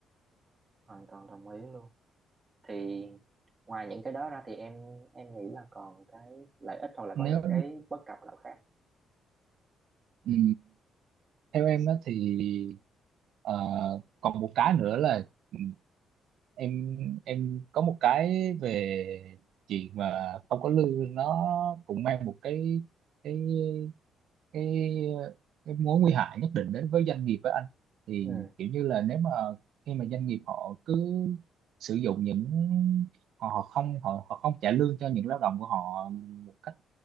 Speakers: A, on the right (about 30°); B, on the right (about 75°).
A: hoàn toàn đồng ý luôn thì ngoài những cái đó ra thì em em nghĩ là còn cái lợi ích hoặc là
B: nếu
A: có những cái bất cập nào khác
B: ừ, theo em á thì ờ, còn một cái nữa là ừ, em em có một cái về chuyện mà không có lương nó cũng mang một cái cái cái cái mối nguy hại nhất định đến với doanh nghiệp với anh thì
A: ừ
B: kiểu như là nếu mà khi mà doanh nghiệp họ cứ sử dụng những họ, họ không họ, họ không trả lương cho những lao động của họ một cách